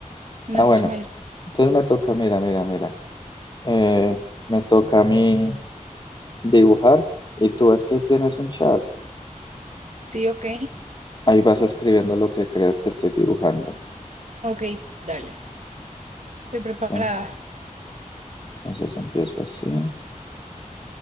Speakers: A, on the right; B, on the left.
A: Una
B: Ah,
A: fecha
B: bueno.
A: más.
B: Entonces me toca, mira, mira, mira. eh, me toca a mí dibujar y tú ves que tienes un chat.
A: Sí, ok.
B: Ahí vas escribiendo lo que creas que estoy dibujando.
A: Ok, dale. Estoy preparada.
B: ¿no? Entonces empiezo así,